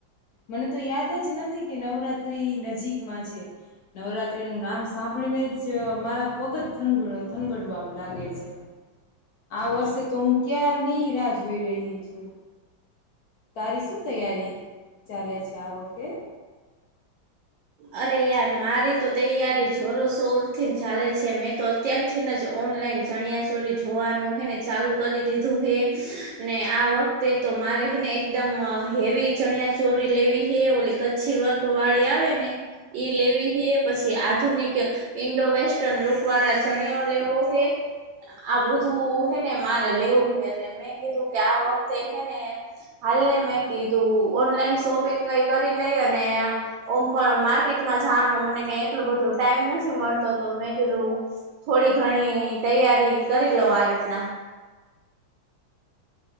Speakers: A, on the left; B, on the right.
A: મને તો યાદ જ નથી, કે નવરાત્રી નજીકમાં છે, નવરાત્રી નું નામ સા. સાંભળીને જ મારા પગ જ, થનગડવા લાગે છે. આ વર્ષે, તો હું ક્યારનીઈ રાહ જોઈ રહી છું. તારી શું તૈયારી ચાલે છે, આ વખતે.
B: અરે યાર મારી, તો તૈયારી જોરો શોર થી ચાલે છે, મેં તો અત્યાર થી જ ઓન. ચણિયા ચોરી જોવાનું, હેને ચાલુ કરી દીધું હે ને આ વખતે તો મારે. રને એકદમ હેવી, ચણિયા ચોરી લેવી હ ઓલી કચ્છી વર્ક વાળી આવે ને. ઈ લેવી હે, પછી આધુનિક ઈન્ડો વેસ્ટર્ન લુક વાળા જણીયો લેવો હે. આ બધું હેને, મારે લેવું હોય એટલે મેં કીધું કે આ વખતે હેને. હાલ, ને મેં કીધું ઓનલાઈન શોપિંગ કરી લઈ અને ઓમ પણ. માર્કેટમાં જનો, મને કઈ એટલોું બધો ટાઈમ નથી મળતો તો મેં કીધું થોડી ઘણી. તૈયારી કરી લ આ રીતના.